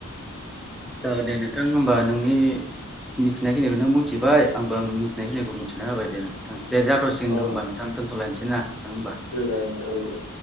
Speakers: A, in the centre; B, on the left (about 65°).
A: जागोन दे नोंथां होमबा नोंनि मिथिनायखिनिखौनो मिथिबाय आंबो आं मिथिनायखिनिखौ मिथिना होबाय दे दे जाथसिगोन
B: औ
A: होनबा नोंथां दोनथ'लायनोसै नोंथां होनबा
B: दे जागोन दे औ दे